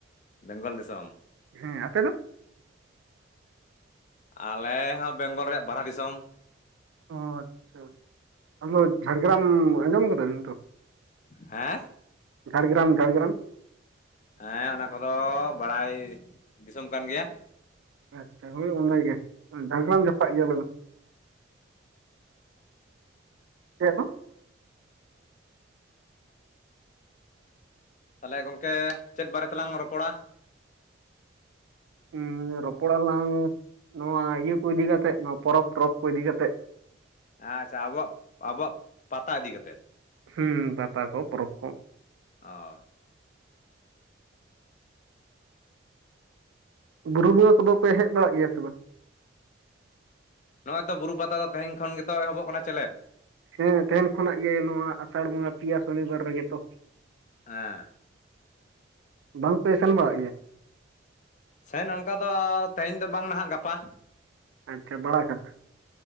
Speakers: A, on the left (about 40°); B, on the right (about 75°).
A: ᱵᱮᱝᱜᱚᱞ ᱫᱤᱥᱚᱢ
B: ᱦᱮᱸ ᱟᱯᱮ ᱫᱚ
A: ᱟᱞᱮ ᱦᱚᱸ ᱵᱮᱝᱜᱚᱞ ᱨᱮᱭᱟᱜ ᱵᱟᱲᱦᱟ ᱫᱤᱥᱚᱢ
B: ᱚ ᱟᱪᱪᱷᱟ ᱟᱫᱚ ᱡᱷᱟᱲᱜᱨᱟᱢ ᱟᱸᱡᱚᱢ ᱟᱠᱟᱫᱟ ᱵᱤᱱ ᱛᱚ
A: ᱦᱮᱸ
B: ᱡᱷᱟᱲᱜᱨᱟᱢ ᱡᱷᱟᱲᱜᱨᱟᱢ
A: ᱦᱮᱸ ᱚᱱᱟ ᱠᱚᱫᱚ ᱵᱟᱲᱟᱭ ᱫᱤᱥᱚᱢ ᱠᱟᱱ ᱜᱮᱭᱟ
B: ᱟᱪᱪᱷᱟ ᱦᱳᱭ ᱚᱱᱟ ᱜᱮ ᱡᱷᱟᱲᱜᱨᱟᱢ ᱡᱟᱯᱟᱜ ᱜᱮ ᱟᱞᱮ ᱫᱚ ᱪᱮ ᱫᱚ
A: ᱛᱟᱦᱚᱞᱮ ᱜᱚᱝᱠᱮ ᱪᱮᱫ ᱵᱟᱨᱮ ᱛᱮᱞᱟᱝ ᱨᱚᱯᱚᱲᱟ
B: ᱦᱮᱸ ᱨᱚᱯᱚᱲᱟ ᱞᱟᱝ ᱱᱚᱣᱟ ᱤᱭᱟᱹ ᱠᱚ ᱤᱫᱤ ᱠᱟᱛᱮᱜ ᱱᱚᱣᱟ ᱯᱚᱨᱚᱵᱽ ᱴᱚᱨᱚᱵᱽ ᱠᱚ ᱤᱫᱤ ᱠᱟᱛᱮᱜ
A: ᱟᱪᱪᱷᱟ ᱟᱵᱚᱣᱟᱜ ᱟᱵᱚᱣᱟᱜ ᱯᱟᱛᱟ ᱤᱫᱤ ᱠᱟᱛᱮ
B: ᱦᱩᱸ ᱯᱟᱛᱟ ᱠᱚ ᱯᱚᱨᱚᱵᱽ ᱠᱚ
A: ᱚᱻ
B: ᱵᱩᱨᱩ ᱵᱚᱸᱜᱟ ᱠᱚᱫᱚ ᱯᱮ ᱦᱮᱡ ᱵᱟᱲᱟᱜ ᱜᱮᱭᱟ ᱥᱮ ᱵᱟᱝ
A: ᱱᱚᱜᱼᱚᱭ ᱛᱚ ᱵᱩᱨᱩ ᱯᱟᱛᱟ ᱫᱚ ᱛᱮᱦᱮᱧ ᱠᱷᱚᱱ ᱜᱮᱛᱚ ᱮᱦᱚᱵᱚᱜ ᱠᱟᱱᱟ ᱪᱮᱞᱮᱫ
B: ᱦᱮᱸ ᱛᱮᱦᱮᱱ ᱠᱷᱚᱱᱟᱜ ᱜᱮ ᱱᱚᱣᱟ ᱟᱥᱟᱲ ᱵᱚᱸᱜᱟ ᱯᱮᱭᱟ ᱥᱚᱱᱤᱵᱟᱨ ᱨᱮᱜᱮ ᱛᱚ
A: ᱦᱮᱸ
B: ᱵᱟᱝ ᱯᱮ ᱥᱮᱱ ᱵᱟᱲᱟᱜ ᱜᱮᱭᱟ
A: ᱥᱮᱱ ᱚᱝᱠᱟ ᱫᱚ ᱛᱮᱦᱮᱧ ᱫᱚ ᱵᱟᱝ ᱱᱟᱦᱟᱜ ᱜᱟᱯᱟ
B: ᱟᱪᱪᱷᱟ ᱵᱟᱲᱟᱜᱷᱟᱴ